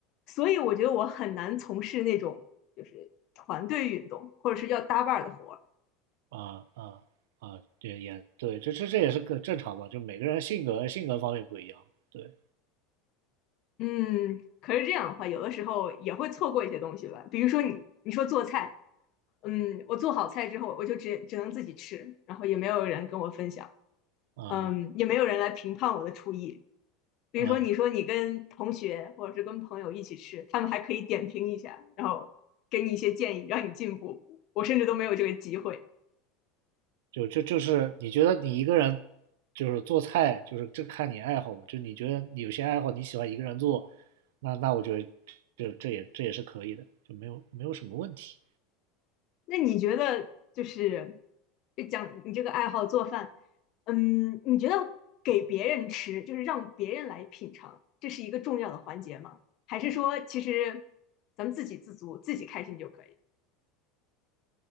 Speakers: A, on the left; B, on the right.
A: 所以我觉得我很难从事那种就是团队运动或者是要搭伴儿的活儿。
B: 啊啊啊，对也对，这这这也是个正常吧，就每个人性格性格方面不一样，对
A: 嗯，可是这样的话，有的时候也会错过一些东西吧。比如说你你说做菜，嗯，我做好菜之后，我就只只能自己吃，然后也没有人跟我分享，
B: 啊
A: 嗯，也没有人来评判我的厨艺。比如说你说你跟同学或者是跟朋友一起吃，
B: 啊。
A: 他们还可以点评一下，然后给你一些建议，让你进步。我甚至都没有这个机会。
B: 就这就就是你觉得你一个人就是做菜，就是这看你爱好嘛。就你觉得你有些爱好你喜欢一个人做，那那我觉得这这也这也是可以的，就没有没有什么问题。
A: 那你觉得就是就讲你这个爱好做饭，嗯，你觉得给别人吃，就是让别人来品尝，这是一个重要的环节吗？还是说其实咱们自给自足，自己开心就可以？